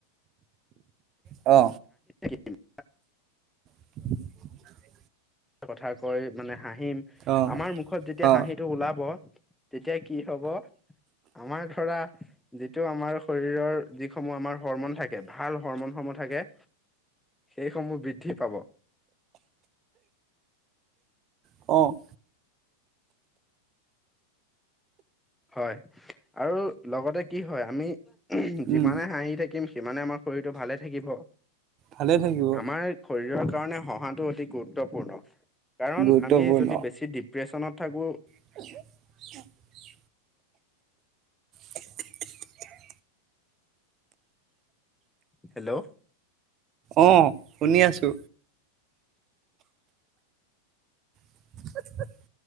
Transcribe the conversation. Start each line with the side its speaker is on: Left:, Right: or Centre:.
Right: অ
Centre: <unintelligible> <inaudible>
Right: <inaudible>
Centre: কথা কৈ মানে হাঁহিম,
Right: অ
Centre: আমাৰ মুখত যেতিয়া
Right: অ
Centre: হাঁহিটো ওলাব তেতিয়া কি হ'ব, আমাৰ ধৰা যিটো আমাৰ শৰীৰৰ যিসমূহ আমাৰ হৰমন থাকে, ভাল হৰমন সমূহ থাকে, সেইসমূহ বৃদ্ধি পাব।
Right: <inaudible> অ'।
Centre: হয়, আৰু লগতে কি হয়, আমি <unintelligible> যিমানে
Right: উম
Centre: হাঁহি থাকিম সিমানে আমাৰ শৰীৰটো ভালে থাকিব,
Right: ভালে থাকিব
Centre: আমাৰ শৰীৰৰ কাৰণে হহাটো অতি গুৰুত্বপূৰ্ণ, কাৰণ
Right: গুৰুত্বপূৰ্ণ
Centre: আমি যদি বেছি দীপ প্ৰ্ৰেশ্যনত থাকোঁ
Right: <inaudible> <inaudible>
Centre: হেল্ল'।
Right: অ শুনি আছো। <inaudible>